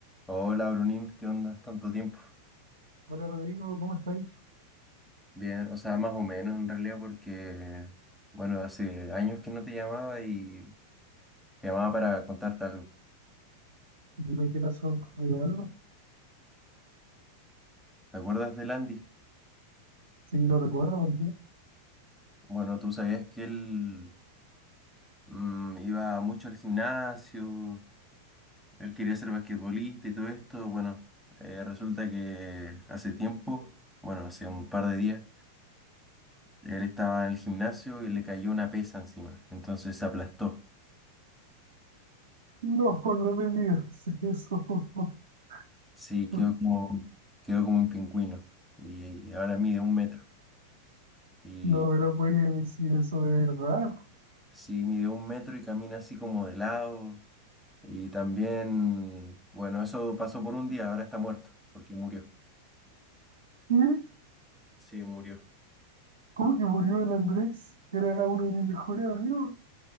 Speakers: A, in the centre; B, on the right.
A: Hola Brunín, ¿qué onda? ¿Es ¿Tanto tiempo?
B: Hola Rodrigo, ¿cómo estás?
A: Bien, o sea, más o menos en realidad porque, bueno, hace años que no te llamaba y te llamaba para contarte algo.
B: Dime qué pasó, ¿sucedió algo?
A: ¿Te acuerdas de Landy?
B: Si no recuerdo por
A: Bueno, tú sabías que él mm, iba mucho al gimnasio, él quería ser basquetbolista y todo esto. Bueno, eh, resulta que hace tiempo, bueno, hace un par de días, él estaba en el gimnasio y le cayó una pesa encima, entonces se aplastó.
B: No, no me digas eso. <laughs>
A: Sí, quedó
B: Sí.
A: como, quedó como un pingüino. Y, y ahora mide un metro. Y
B: No me lo puedes decir eso de verdad.
A: sí, mide un metro y camina así como de lado. Y también, bueno, eso pasó por un día, ahora está muerto, porque murió.
B: ¿Qué?
A: Sí, murió.
B: ¿Cómo que murió el Andrés? Era uno de mis mejores amigos.